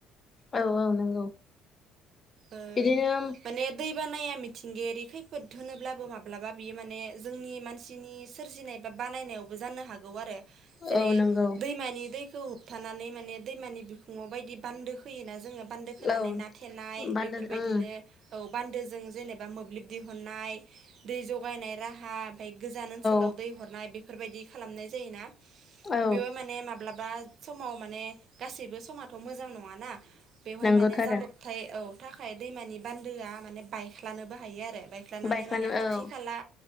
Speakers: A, on the left; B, on the right.
A: औ औ नंगौ
B: ओ
A: बिदिनो
B: माने दै बानाया मिथिंगायारि खैफोद होनोब्लाबो माब्लाबा बियो माने जोंनि मानसिनि सोरजिनाय बा बानायनायावबो जानो हागौ आरो जेरै
A: औ नंगौ
B: दैमानि दै -खौ होबथानानै माने दैमानि बिखुङाव बायदि बान्दो खोयोना जोङो बान्दो खोनानै
A: औ
B: ना थेनाय
A: बान्दो
B: बेफोरबायदिनो
A: ओं
B: औ बान्दोजों जेनेबा मोब्लिब दिहुननाय दै जगायनाय राहा ओमफाय गोजान ओनसोलाव
A: औ
B: दै हरनाय बेफोरबायदि खालामनाय जायोना
A: औ
B: बेव माने माब्लाबा समाव माने गासैबो समाथ' मोजां नङाना। बेवहाय
A: नंगौथ'
B: माने
A: आरो
B: जाब्रबथाय औ थाखाय दैमानि बान्दोआ माने बायख्लानोबो हायो आरो। बायख्लानानै
A: बायख्लानो
B: माने खाथि
A: औ
B: खाला